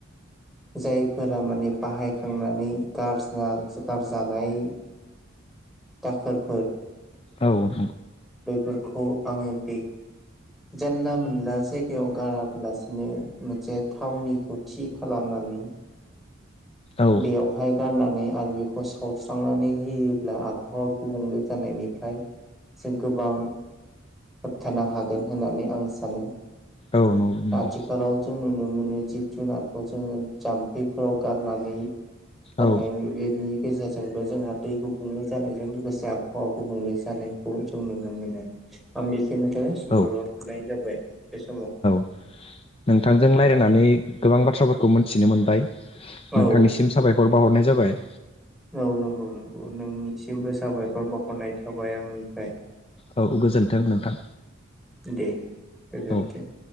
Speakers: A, in the centre; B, on the left.
A: जायफोरा माने बाहायखांनानै गारजा गारजानाय दाखोरफोर
B: औ -औ
A: बेफोरखौ आङो बे जानला -मोनला जायगायाव गाराब्लासिनो मोनसे थावनिखौ थि खालामो मानि
B: औ
A: बेयावहाय गारनानै आरो बेखौ सावस्रांनानै होयोब्ला आबहावा गुबुंले जानायनिफ्राय जों गोबां होबथानो हागोन होननानै आं सानो
B: औ नंगौ
A: आथिखालाव जों नुनो मोनो जिब -जुनारखौ जोङो जाम्फैफोराव गारनानै हरनाय
B: औ
A: बेनि गेजेरजोंबो जोंहा दै गुबुंले जानायजों लोगोसे आबहावा गुबुंले जानाय खौ जों नुनो मोनो आं बेखिनिखौनो साबुरुन'
B: औ
A: नुनाय जाबाय बे समाव
B: <unintelligible> नोंथांजों रायज्लायनानै गोबां बाथ्राफोरखौ मिथिनो मोनबाय नोंथांनिसिम
A: औ
B: साबायखर बावाहरनाय जाबाय
A: औ नंगौ- नंगौ नोंनिसिमबो साबायखर बावहरनाय थाबाय आंनिफ्राय
B: औ गोजोन्थों नोंथां
A: दे गोजोन्थोंथ
B: औ।